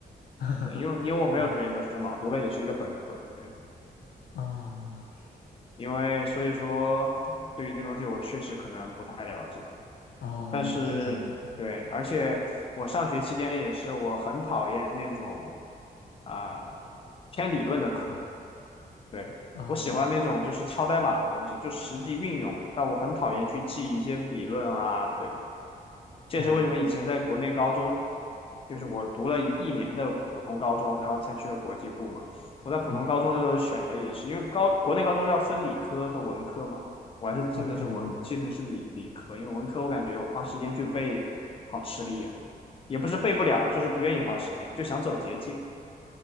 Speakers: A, on the left (about 75°); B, on the left (about 35°).
A: <laughs>
B: 对，因为因为我没有读研究生嘛，
A: 嗯
B: 我读的也是一个本科。对，
A: 哦
B: 因为所以说对于这个东西我确实可能不太了解。
A: 哦，
B: 但是对，
A: 原来是这样，
B: 而且我上学期间也是，
A: 嗯
B: 我很讨厌那种啊、偏理论的课，对，
A: 哦
B: 我喜欢那种就是敲代码的东西，就实际运用，但我很讨厌去记一些理论啊。对，这也是为什么以前在国内高中，
A: 哦
B: 就是我读了一年的普通高中，然后才去了国际部嘛。我在普通高中的时候选的也是，
A: 嗯
B: 因为高国内高中要分理科和文科嘛，我还是进的是文，
A: 哦，对的对的，
B: 进的是理理科，因为文科我感觉我花时间去背好吃力啊，也不是背不了，就是不愿意花时间，就想走捷径。